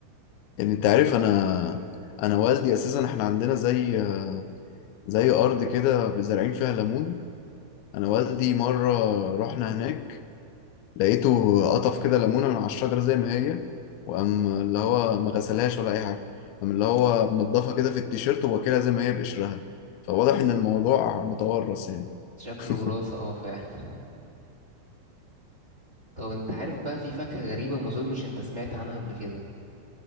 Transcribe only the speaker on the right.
شكله
وراثه اه فعلا <laughs> طب انت عارف بقى في فاكهه غريبه ما اظنش انت سمعت عنها قبل كده